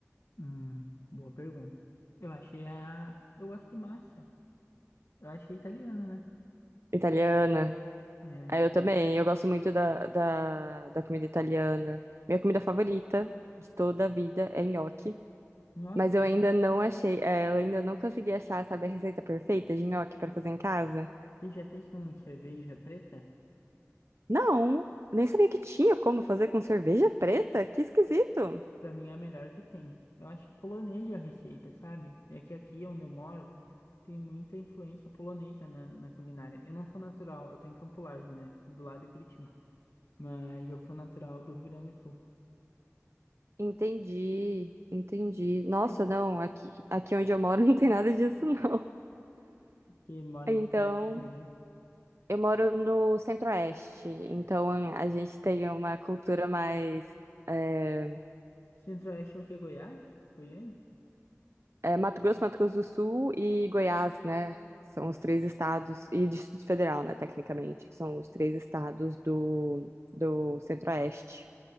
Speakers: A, on the left (about 70°); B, on the right (about 60°).
A: Hum, boa pergunta. Eu achei a. Eu gosto de massa. Eu achei italiano, né?
B: Italiana.
A: É.
B: É, eu também. Eu gosto muito da, da, da comida italiana. Minha comida favorita de toda a vida é nhoque.
A: Gnocchi,
B: Mas eu ainda não achei, é, eu ainda não consegui achar, sabe, a receita perfeita de nhoque pra fazer em casa.
A: que já fez com cerveja preta,
B: Não, nem sabia que tinha como fazer com cerveja preta. Que esquisito.
A: pra mim é a melhor que tem. Eu acho polonesa é a receita, sabe? É que aqui onde eu moro tem muita influência polonesa na, na culinária. Eu não sou natural, eu tô em Campo Largo, né? Do lado de Curitiba. Mas eu sou natural do Rio Grande do Sul.
B: Entendi, entendi. Nossa,
A: Vocês Que,
B: não, aqui, aqui onde eu moro <laughs> não tem nada disso, não.
A: que mora
B: Então,
A: em que parte do Brasil?
B: eu moro no Centro-Oeste, então a gente tem uma cultura mais. É,
A: Centro-Oeste é o que? Goiás? Goiânia?
B: é Mato Grosso, Mato Grosso do Sul e Goiás, né? São
A: Aham.
B: os três estados, e Distrito Federal, né, tecnicamente, são os três estados do, do Centro-Oeste.